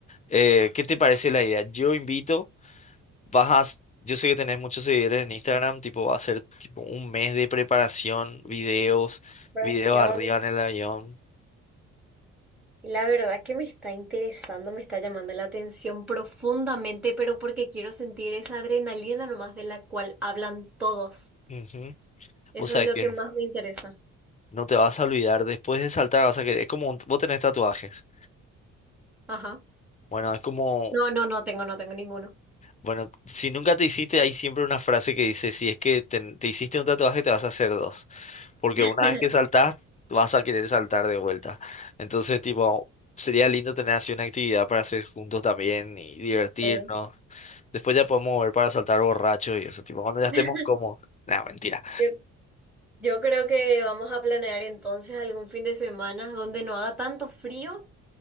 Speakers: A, on the left (about 25°); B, in the centre.
A: Eh, ¿qué te parece la idea? Yo invito, vas a, s- yo sé que tenés muchos seguidores en Instagram, tipo va a ser tipo un mes de preparación, videos
B: respiración.
A: videos arriba en el avión.
B: Y La verdad que me está interesando, me está llamando la atención profundamente, pero porque quiero sentir esa adrenalina nomás de la cual hablan todos.
A: Ujú.
B: Eso
A: o sabés
B: es lo
A: que
B: que más me interesa.
A: no te vas a olvidar, después de saltar vas a querer, es como un- vos tenés tatuajes.
B: Ajá.
A: Bueno, es como,
B: No, no, no tengo, no tengo ninguno.
A: bueno, si nunca te hiciste, hay siempre una frase que dice, si es que te, te hiciste un tatuaje, te vas a hacer dos. Porque
B: <laughs>
A: una vez que saltás, vas a querer saltar de vuelta. Entonces, tipo, sería lindo tener así una actividad para hacer juntos también y divertirnos.
B: Sí.
A: Después ya podemos ver para saltar borracho y eso, tipo, cuando ya estemos
B: <laughs>
A: como No, mentira,
B: Yo Yo creo que vamos a planear entonces algún fin de semana donde no haga tanto frío